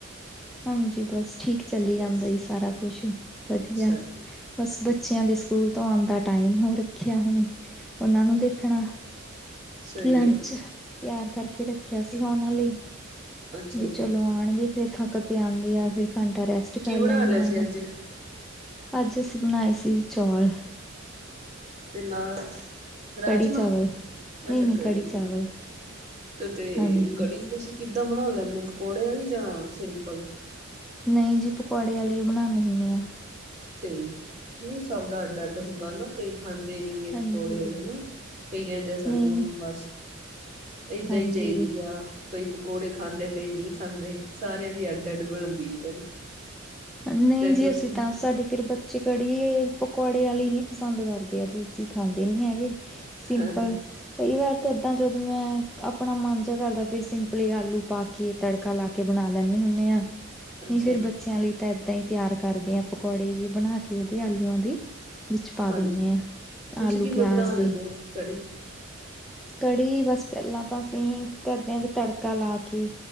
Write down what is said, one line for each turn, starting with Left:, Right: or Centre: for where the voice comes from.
Centre: ਹਾਂਜੀ, ਬਸ ਠੀਕ ਚੱਲ ਜਾਂਦਾ
Right: ਬਸ
Centre: ਸਾਰਾ ਕੁਛ, ਵਧੀਆ
Right: ਅੱਛਾ ਜੀ
Centre: ਬਸ ਬੱਚਿਆਂ ਦੇ ਸਕੂਲ ਤੋਂ ਆਉਂ ਦਾ ਟਾਈਮ ਹੋ ਰੱਖਿਆ, ਹੁਣ ਉਹਨਾਂ ਨੂੰ ਦੇਖਣਾ।
Right: ਸਹੀ
Centre: ਲੰਚ
Right: ਆ
Centre: ਤਿਆਰ ਕਰਕੇ ਰੱਖਿਆ ਸੀ ਉਹਨਾਂ ਲਈ,
Right: ਅੱਛਾ
Centre: ਵੀ
Right: ਜੀ
Centre: ਚਲੋ ਆਉਣਗੇ। ਫਿਰ ਥੱਕ ਕੇ ਆਉਂਦੇ ਆ, ਫਿਰ ਘੰਟਾ ਰੈਸਟ
Right: ਕੀ
Centre: ਕਰ
Right: ਬਣਾ
Centre: ਲੈਂਨੀ
Right: ਲਿਆ ਸੀ
Centre: ਆ ਮੈਂ।
Right: ਅੱਜ
Centre: ਅੱਜ ਅਸੀਂ ਬਣਾਏ ਸੀ, ਚੌਲ
Right: ਤੇ ਨਾਲ ਰਾਜਮਾਂ,
Centre: ਕੜੀ ਚਾਵਲ
Right: ਅੱਛਾ
Centre: ਨਈ-ਨਈ
Right: ਕੜੀ,
Centre: ਚਾਵਲ
Right: ਤੇ ਤੇ
Centre: ਹਾਂਜੀ।
Right: ਕੜੀ ਤੁਸੀ ਕਿੱਦਾਂ ਬਣਾ ਲੈਂਨੇ ਔ, ਪਕੌੜੇ ਵਾਲੀ ਜਾਂ ਸਿੰਪਲ
Centre: ਨਹੀਂ ਜੀ, ਪਕੌੜੇ ਵਾਲੀ ਹੀ ਬਣਾਉਂਨੇ ਹੁੰਨੇ ਹਾਂ
Right: ਤੇ, ਨਹੀਂ ਸਭ ਦਾ ਅੱਡ ਅੱਡ ਹੁੰਦਾ ਨਾ ਕਈ ਖਾਂਦੇ ਨੀਗੇ
Centre: ਹਾਂਜੀ
Right: ਪਕੌੜੇ ਹ ਨਾ, ਕਈ ਕਹਿੰਦੇ ਸਾਨੂੰ
Centre: ਨਈ
Right: ਬਸ ਏਦਾਂ
Centre: ਹਾਂਜੀ।
Right: ਹੀ ਚਾਹੀਦੀ ਆ ਕਈ ਪਕੌੜੇ ਖਾਂਦੇ, ਕਈ ਨਹੀਂ ਖਾਂਦੇ, ਸਾਰਿਆਂ ਦੀ ਅੱਡ ਅੱਡ ਬਣਦੀ ਹੈ ਕੜੀ।
Centre: ਨਹੀਂ
Right: ਤੇ
Centre: ਜੀ,
Right: ਤੁਸੀਂ
Centre: ਅਸੀਂ ਤਾਂ ਸਾਡੇ ਫਿਰ ਬੱਚੇ ਕੜੀ ਏ ਪਕੌੜੇ ਵਾਲੇ ਹੀ ਪਸੰਦ ਕਰਦੇ ਆ, ਦੂਸਰੀ ਖਾਂਦੇ ਨੀ ਹੈਗੇ। ਸਿੰਪਲ
Right: ਹਾਂ ਹਾਂ
Centre: ਕਈ ਵਾਰ ਤਾਂ ਇੱਦਾਂ, ਜਦੋਂ ਮੈਂ ਆਪਣਾ ਮਨ ਜਿਹਾ ਕਰਦਾ, ਫਿਰ ਸਿੰਪਲੀ ਆਲੂ ਪਾ ਕੇ ਤੜਕਾ ਲਾ ਕੇ ਬਣਾ ਲੈਂਨੇ ਹੁੰਨੇ ਆਂ,
Right: ਅੱਛਾ
Centre: ਨਹੀਂ ਫੇਰ ਬੱਚਿਆਂ ਲਈ ਤਾਂ ਏਦਾਂ ਹੀ ਤਿਆਰ ਕਰਦੇ ਹਾਂ, ਪਕੌੜੇ ਜਿ ਬਣਾ ਕੇ ਉਹਦੇ ਆਲੂਆਂ ਦੀ। ਵਿੱਚ ਪਾ
Right: ਹਾਂਜੀ
Centre: ਦਿੰਨੇ ਆਂ,
Right: ਤੁਸੀਂ
Centre: ਆਲੂ
Right: ਕਿਵੇਂ
Centre: ਪਿਆਜ
Right: ਬਣਾ ਲੈਂਦੇ
Centre: ਦੇ।
Right: ਹੋ ਕੜੀ
Centre: ਕੜੀ ਬਸ ਪਹਿਲਾਂ ਤਾਂ ਅਸੀਂ ਕਰਦੇ ਹਾਂ ਵੀ ਤੜਕਾ ਲਾ ਕੇ।